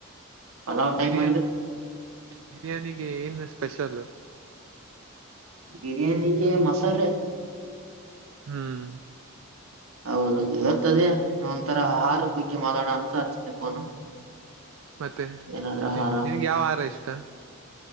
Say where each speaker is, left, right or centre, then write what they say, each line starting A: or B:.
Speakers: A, on the right; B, on the right.
A: ಪಲಾವ್ ಟೈಪ
B: ಬಿರಿಯಾ
A: ಮಾಡಿದ್ರು.
B: ಬಿರಿಯಾನಿಗೆ ಏನು ಸ್ಪೆಷಲ್.
A: ಬಿರಿಯಾನಿಗೆ ಮಸಾಲೆ.
B: ಹ್ಮ್.
A: ಹೌದು ಹೇರ್ತದೆ ಒಂಥರ ಆಹಾರ ಬಗ್ಗೆ ಮಾತಾಡನ ಅಂತ ಅಚಿದ್ದೆ ಫೋನು.
B: ಮತ್ತೆ
A: ಏನಾದ್ರ ಆಹಾರ
B: ನಿಮ್ಗೆ ಯಾವ ಆಹಾರ ಇಷ್ಟ.